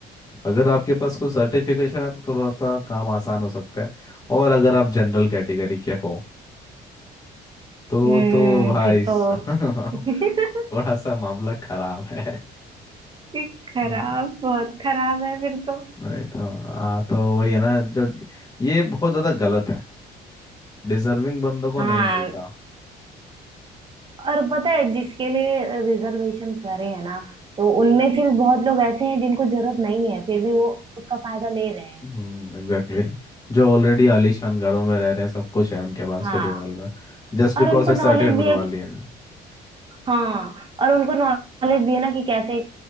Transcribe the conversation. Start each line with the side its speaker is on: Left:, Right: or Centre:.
Left: अगर आपके पास कोई सर्टिफिकेशन है तो थोड़ा सा काम आसान हो सकता है और अगर आप जनरल कैटेगरी के हो तो
Right: हम्म
Left: तो भाई
Right: फिर
Left: साहब,
Right: तो <laughs>
Left: <laughs> थोड़ा सा मामला खराब है
Right: ये खराब
Left: हम्म,
Right: बहुत खराब है फिर तो
Left: नहीं तो हाँ तो वही है ना जो ये बहुत ज्यादा गलत है डिजर्विंग बंदों को
Right: हाँ
Left: नहीं मिलता
Right: और पता है जिसके लिए रिजर्वेशन करे है ना तो उनमें से भी बहुत लोग ऐसे हैं जिनको जरूरत नहीं है फिर भी वो उसका फायदा ले रहे हैं
Left: हम्म एग्जैक्टली जो ऑलरेडी हम्म। आलीशान घरों में रह रहे हैं सब कुछ है उनके पास
Right: हाँ
Left: फिर रिवॉल्वर जस्ट बिकॉज
Right: और उनको
Left: एक सर्टिफिकेट
Right: नॉलेज भी
Left: बनवा
Right: है
Left: लिए हैं
Right: हाँ और उनको नॉलेज भी है ना कि कैसे